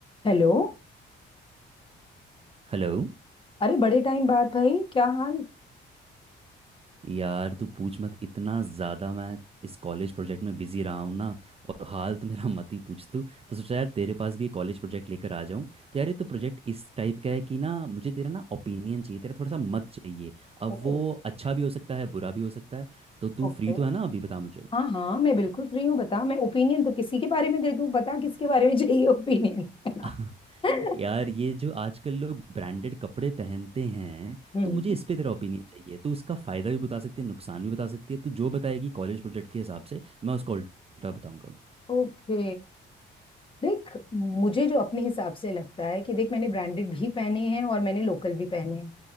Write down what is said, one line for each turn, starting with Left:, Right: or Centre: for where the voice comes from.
Left: Hello
Right: Hello
Left: अरे बड़े time बाद भाई क्या हाल
Right: यार तू पूछ मत इतना ज़्यादा मैं इस कॉलेज प्रोजेक्ट में बिजी रहा हूँ ना और हाल तो मेरा मत ही पूछ तू तो सोचा यार तेरे पास भी कॉलेज प्रोजेक्ट लेकर आ जाऊँ तो यार ये तो प्रोजेक्ट इस टाइप का है कि ना मुझे तेरा ना ओपिनियन चाहिए तेरा थोड़ा सा मत चाहिए अब
Left: ओह,
Right: वो अच्छा भी हो सकता है बुरा भी हो सकता है तो तू
Left: ओके
Right: फ्री तो है ना अभी बता मुझे
Left: हाँ हाँ मैं बिल्कुल फ्री हूँ बता मैं ओपिनियन तो किसी के बारे में दे दूँ बता किसके बारे में चाहिए ओपिनियन
Right: <laughs>
Left: <laughs>
Right: यार ये जो आजकल लोग ब्रांडेड कपड़े पहनते हैं
Left: हम्म
Right: तो मुझे इस पे तेरा ओपिनियन चाहिए तू इसका फ़ायदा भी बता सकती है नुकसान भी बता सकती है तू जो बताएगी कॉलेज प्रोजेक्ट के हिसाब से मैं उसका उल्टा बताऊंगा
Left: ओके देख मुझे जो अपने हिसाब से लगता है कि देख मैंने ब्रांडेड भी पहने हैं और मैंने लोकल भी पहने हैं